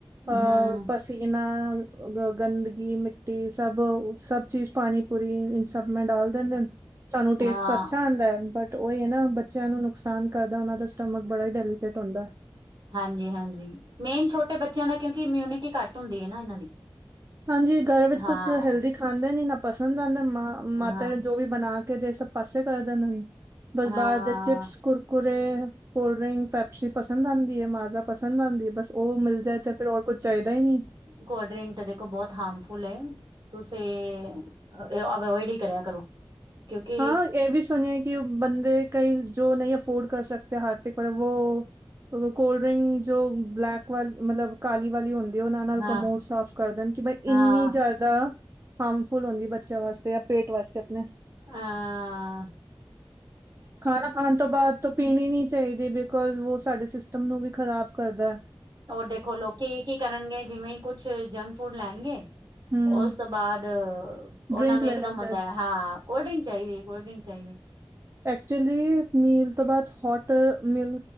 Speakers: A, on the right; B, on the right.
A: ਹਾਂ
B: ਹੂੰ,
A: ਪਸ ਸੀਨਾ ਅ ਗੰਦਗੀ ਮਿੱਟੀ ਸਭ-ਸਭ ਚੀਜ਼ ਪਾਣੀ ਪੁੂਰੀ ਇਨ ਸਭ ਮੇਂ ਡਾਲ ਦੇਂਦੇਨ। ਸਾਨੂੰ ਟੇਸਟ
B: ਹਾਂ,
A: ਤਾਂ ਅੱਛਾ ਆਂਦਾ ਐ ਬਟ ਓਈ ਐ ਨਾ ਬੱਚਿਆਂ ਨੂੰ ਨੁਕਸਾਨ ਕਰਦਾ ਓਨਾਂ ਦਾ ਸਟਮਕ ਬੜਾ ਈ ਡੈਲੀਕੇਟ ਹੁੰਦਾ।
B: ਹਾਂਜੀ-ਹਾਂਜੀ ਮੇਨ ਛੋਟੇ ਬੱਚਿਆਂ ਦਾ ਕਿਉਂਕਿ ਇਮਿਊਨਿਟੀ ਘੱਟ ਹੁੰਦੀ ਐ ਨਾ ਏਨਾਂ ਦੀ
A: ਹਾਂਜੀ ਘਰ ਵਿੱਚ
B: ਹਾਂ,
A: ਕੁਛ ਹੈਲਦੀ ਖਾਂਦੇ ਨੀ ਨਾ ਪਸੰਦ ਆਂਦਾ ਮ ਮਾਤਾ
B: ਹਾਂ,
A: ਜੋ ਵੀ ਬਣਾ ਕੇ ਦੇ ਸਭ ਪਾਸੇ ਕਰ ਦੇਂਦੇ ਨ ਬਸ
B: ਹਾਂ।
A: ਬਾਰ ਦੇ Chips Kurkure, cold drink, Pepsi ਪਸੰਦ ਆਂਦੀ ਏ ਮਾਜ਼ਾ ਪਸੰਦ ਆਂਦੀ ਏ ਬਸ ਓ ਮਿਲ ਜਾਏ ਤੇ ਫੇਰ ਔਰ ਕੁੱਝ ਚਾਹੀਦਾ ਈ ਨੀ।
B: ਕੋਲ ਡਰਿੰਕ ਤੇ ਦੇਖੋ ਬੋਤ ਹਾਰਮਫੁਲ ਏ। ਤੁਸੀ ਅ ਏਵੋਇਡ ਈ ਕਰਿਆ ਕਰੋ। ਕਿਉਂਕਿ
A: ਹਾਂ ਏ ਵੀ ਸੁਣਿਆ ਕਿ ਬੰਦੇ ਕਈ ਜੋ ਨਈ ਅਫੋਰਡ ਕਰ ਸਕਦੇ ਹਾਰ ਪਿਕ ਵੋ ਕੋਲ ਡਰਿੰਕ ਜੋ ਬਲੈਕ ਵਾ ਮਤਲਬ ਕਾਲੀ ਵਾਲੀ ਹੁੰਦ ਓਨਾਂ ਨਾਲ
B: ਹਾਂ,
A: ਕਮੋਡ ਸਾਫ਼ ਕਰਦੇਣ। ਕਿ ਬਈ
B: ਹਾਂ,
A: ਇੰਨੀ ਜਾ ਦਾ ਹਾਰਮਫੁਲ ਹੁੰਦੀ ਬੱਚੇਆਂ ਵਾਸਤੇ ਐ ਪੇਟ ਵਾਸਤੇ ਅਪਣੇ।
B: ਆਂ
A: ਖਾਣਾ ਖਾਣ ਤੋਂ ਬਾਦ ਤੋ ਪੀਣੀ ਨੀ ਚਾਹੀਦੀ ਬਿਕੋਜ ਵੋ ਸਾਡੇ ਸਿਸਟਮ ਨੂੰ ਵੀ ਖ਼ਰਾਬ ਕਰਦਾ ਐ।
B: ਔਰ ਦੇਖੋ ਲੋਕੀ ਕੀ ਕਰਨਗੇ ਜਿਵੇਂ ਈ ਕੁਛ ਜੰਕ ਫੂਡ ਲੈਣਗੇ।
A: ਹੂੰ
B: ਓਸ ਤੋਂ ਬਾਦ
A: ਡਰਿੰਕ
B: ਔਨਾਂ ਨੂੰ
A: ਲੈ
B: ਇੱਕ
A: ਲੈਂਦਾ
B: ਦਮ ਹੁੰਦਾ ਐ ਹਾਂ ਕੋਲਡ ਡਰਿੰਕ ਚਾਈਦੀ ਕੋਲਡ ਡਰਿੰਕ ਚਾਈਦੀ।
A: ਐਕਚੁਲੀ ਮੀਲ ਤੋਂ ਬਾਦ ਹੋਟ ਮਿਲ